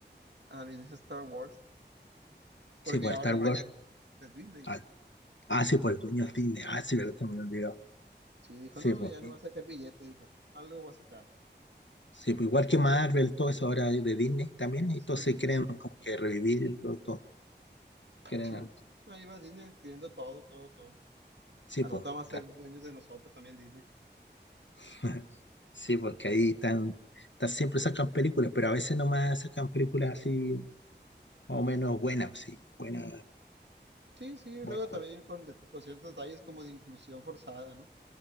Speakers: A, on the right; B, on the left.
A: a ese Star Wars. Porque
B: Sí, pues
A: ahora
B: Star
A: el
B: Wars.
A: dueño es Disney.
B: Ah,
A: pues.
B: ah, sí, pues el dueño de Disney. Ah, sí, verdad, también olvidado.
A: Sí, dijo,
B: Sí,
A: no,
B: pues.
A: ya le va a sacar billete, dijo. Algo va a sacar.
B: Sí, pues igual que Marvel, todo eso ahora de Disney también, y
A: Sí,
B: todos se
A: sí,
B: quieren como que revivirlo, todo. Quieren,
A: sí. Ahí va Disney adquiriendo todo, todo, todo.
B: sí,
A: Al
B: pues.
A: rato van a ser
B: tal.
A: dueños de nosotros también Disney.
B: <laughs> Sí, porque ahí están, están- siempre sacan películas, pero a veces nomás sacan películas así, más o menos buenas, pues sí, buena,
A: Sí, sí,
B: buena,
A: luego también
B: buena.
A: con, de- con ciertos detalles como de inclusión forzada, ¿no?